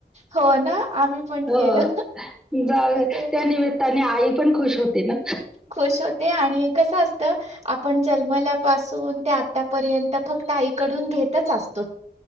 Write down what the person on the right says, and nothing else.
हो ना, आम्ही पण
केलं.
ते
खुश होते आणि कसं असतं आपण जन्मल्यापासून ते आतापर्यंत फक्त आईकडून घेतच असतो.